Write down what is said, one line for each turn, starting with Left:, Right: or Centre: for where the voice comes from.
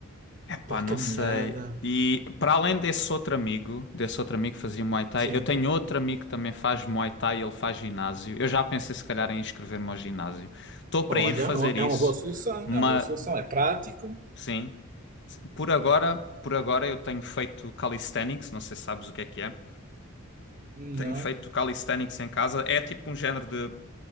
Left: Epá,
Right: pá,
Left: não
Right: caminhada,
Left: sei. E para além desse outro amigo, desse outro amigo que fazia Muay Thai,
Right: sim.
Left: eu tenho outro amigo que também faz Muay Thai, ele faz ginásio. Eu já pensei se calhar em inscrever-me ao ginásio. Estou para
Right: Olha,
Left: ir fazer isso,
Right: é uma boa solução,
Left: mas
Right: é uma boa solução, é prático.
Left: sim. Por agora, por agora eu tenho feito calisthenics, não sei se sabes o que é que é.
Right: Não,
Left: Tenho feito calisthenics em casa. É tipo um género de